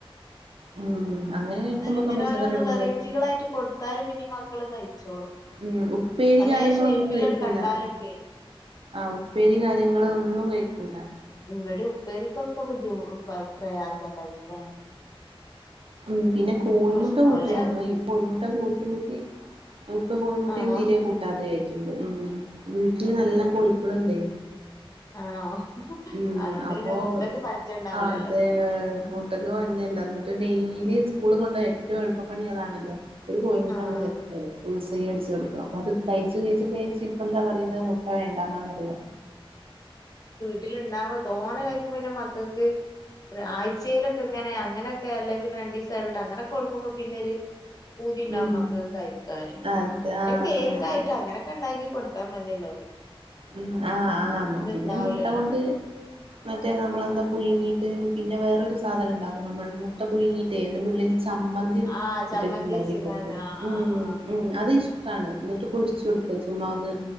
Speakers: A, on the right (about 70°); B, on the left (about 40°).
A: ഉം അങ്ങനെ കഴിക്കുമ്പൊക്കെ
B: ഇങ്ങനെ
A: പച്ചക്കറി
B: ഓരോന്ന്
A: ഉള്ളിലെത്തും
B: വെറൈറ്റികളായിട്ട് കൊടുത്താല് പിന്നെ മക്കള് കഴിച്ചോളും
A: ഉം ഉപ്പേരി
B: പലേ
A: കാര്യങ്ങളൊന്നും
B: ഷേപ്പിലട്
A: കഴിക്കൂലാ.
B: കണ്ടാലൊക്കെ
A: ആഹ് ഉപ്പേരി കാര്യങ്ങെൾ ഒന്നും കഴിക്കൂലാ
B: ഇവെടിം ഉപ്പേരിക്കൊക്കെ ബുദ്ധിമു ഉ പ പ്രയാസാ കഴിക്കാൻ
A: ഉം പിന്നെ കോഴിമുട്ട
B: പക്ഷെ
A: കൂട്ടിവെര്ന്നു.
B: ഓലെ
A: ഇപ്പൊ കോഴിമുട്ട കൂട്ടി കൂട്ടി ഇപ്പം കോഴിമുട്ടെം
B: ആണോ
A: തീരേ കൂട്ടാതെ ആയിട്ട് ഇണ്ട്. ഉം വീട്ട്ൽ നല്ലം
B: ഉം
A: കോഴിക്കെൾ ഇണ്ടെയ്
B: ആണോ
A: ഉം
B: അതുകൊണ്ട്
A: അപ്പൊ
B: പിന്നെ മുട്ടക്ക് പഞ്ചണ്ടാവൂലല്ലോ
A: ആഹ് അതേ. മുട്ടെക്ക് പഞ്ഞം ഇല്ല ഇന്നെട്ട് ഡെയിലി ഈ സ്കൂളി കൊണ്ടെയാ ഏറ്റവും എളുപ്പപണി അതാണല്ലൊ ഒരു കോഴിമുട്ട
B: ആഹ്
A: അങ്ങ് <unintelligible> ബുൾസെയ് അടിച്ച് കൊട്ക്കാ അപ്പ അത് കഴിച്ച് കഴിച്ച് കഴിച്ച് ഇപ്പെന്താ പറയ്ന്നെ മുട്ട വേണ്ടാന്നാ പറയാ
B: വീട്ട്ൽ ഇണ്ടാവ തോനെ കഴിക്കുമ്പോ പിന്നെ മക്കെക്ക് ഒര് ആഴ്ച്ചെയിലൊക്കെ ഇങ്ങെനെ അങ്ങനൊക്കെ അല്ലെ പിന്നെ രണ്ടീസം എടവിട്ട് അങ്ങനെ ഒക്കെ കൊട്ക്കുമ്പോ പിന്നെ ഒര് പൂതി ഇണ്ടാവും
A: ഉം
B: മക്കെക്ക് കഴിക്കാന്.
A: അതെ
B: പിന്നെ
A: ആ
B: കേക്കായിട്ട്
A: അതെ അതെ
B: അങ്ങനൊക്കെ ഇണ്ടാക്കി കൊട്ത്താ മതിയെല്ലൊ
A: ഉം ആഹ് ആഹ് പിന്നെ
B: ഇത്ണ്ടാവൂലല്ലോ
A: മുട്ട കൊണ്ട് മറ്റെ നമ്മളെന്താ പുഴ്ങ്ങി ട്ട് പിന്നെ വേറെ ഒരു സാധനം ഇണ്ടാക്കും നമ്മെൾ മുട്ട പുഴ്ങ്ങീട്ടെയ് അതിന്റെ ഉള്ളിൽ ചമ്മെന്തി
B: ആഹ് ചമ്മന്തി
A: ഇട്ട്ട്ട് ഇണ്ടാക്കി
B: വെച്ചിങ്ങാണ്ട്
A: കൊട്ക്കും
B: ആഹ് ആഹ്
A: ഉം
B: ആഹ്
A: ഉം അത് ഇഷ് ഇഷ്ടാണ് ഇന്ന്ട്ട് പൊരിച്ചൊടുക്ക ചുമ്മാ ഒന്ന്